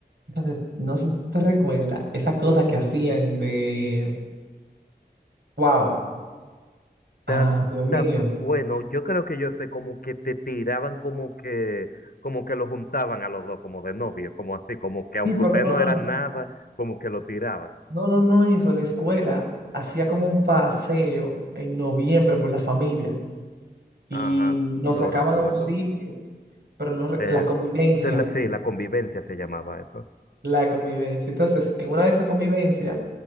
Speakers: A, on the right (about 70°); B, on the left (about 55°).
A: Entonces, no sé si te recuerdas esa cosa que hacían de, wow,
B: Está
A: ah, Dios mío.
B: tan bueno. Yo creo que yo sé como que te tiraban como que, como que lo juntaban a los dos, como de novio, como así, como que aunque
A: Sí, pero
B: ustedes
A: no,
B: no
A: no.
B: eran nada, como que lo tiraban.
A: No, no, no eso. La escuela hacía como un paseo en noviembre por la familia y
B: Ajá,
A: nos
B: s- lo
A: sacaban
B: recuerdo.
A: a un sitio, pero no re-
B: Eh,
A: la convivencia,
B: se la- sí, la convivencia se llamaba eso.
A: la convivencia. Entonces, en una de esas convivencias,